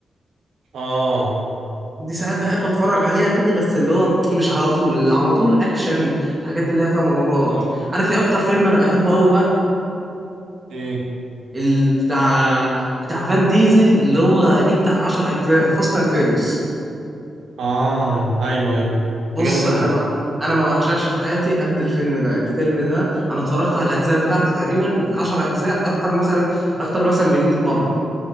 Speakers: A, on the right; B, on the right.
A: اه
B: دي ساعات بحب اتفرج عليها كده بس اللي هو مش على طول اللي على طول اكشن الحاجات اللي هي فيها مغامرات
A: اه
B: عارف ايه اكتر فيلم انا بحبه قوي بقى
A: ايه
B: ال- بتاع بتاع فان ديزل اللي هو ليه بتاع 10 اجزاء فاست اند فيريس
A: اه ايوه ايوه
B: بص
A: ده جامد قوي
B: انا ما انا ما بعشقش في حياتي قد الفيلم ده الفيلم ده انا اتفرجت على الاجزاء بتاعته تقريبا العشر اجزاء اكتر مثلا اكتر مثلا من 100 مره